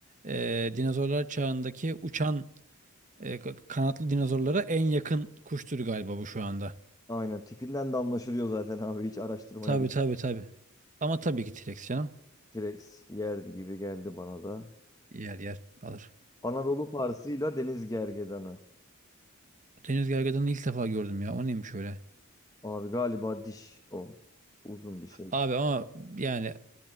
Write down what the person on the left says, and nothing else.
Aynen tipinden de anlaşılıyor zaten abi hiç araştırmaya
bir
T-Rex yerdi gibi geldi bana da.
Anadolu Parsı'yla Deniz Gergedanı.
Abi galiba diş o. Uzun bir şey.